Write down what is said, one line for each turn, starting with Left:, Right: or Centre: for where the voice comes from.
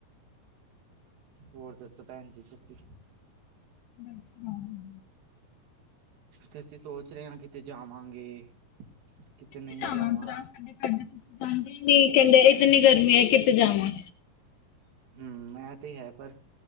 Right: ਹੋਰ ਦੱਸੋ ਭੈਣ ਜੀ ਤੁਸੀਂ?
Left: ਮੈਂ ਕੁਛ ਖਾ ਰਹੀ।
Right: ਤੇ ਅਸੀਂ ਸੋਚ ਰਹੇ ਹਾਂ ਕਿਤੇ ਜਾਵਾਂਗੇ। ਕਿਤੇ ਨਹੀਂ
Left: ਕਿੱਥੇ ਜਾਵਾਂਗਾ
Right: ਜਾਵਾਂ
Left: ਕਹਿੰਦੇ ਇਤਨੀ ਗਰਮੀ ਹੈ ਕਿੱਥੇ ਜਾਵਾਂ।
Right: ਹੂੰ! ਇਹ ਤੇ ਹੈ ਪਰ